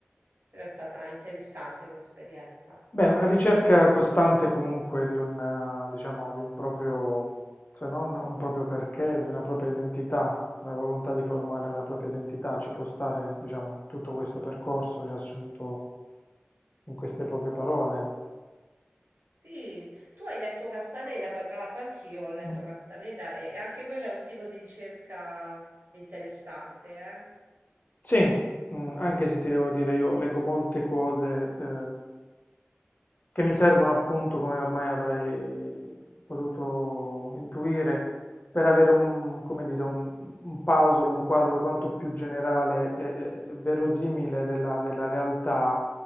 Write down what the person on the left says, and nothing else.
Beh, una ricerca costante comunque di un, eh, diciamo, di un proprio, se non un proprio perché, di una propria identità, la volontà di formare una propria identità, ci può stare, diciamo, tutto questo percorso riassunto in queste poche parole.
Mm.
Sì, mh, anche se ti devo dire, io leggo molte cose eh, che mi servono appunto, come ormai avrai potuto intuire, per avere un, come dire, un, un puzzle, un quadro quanto più generale e, e- e verosimile della, della realtà,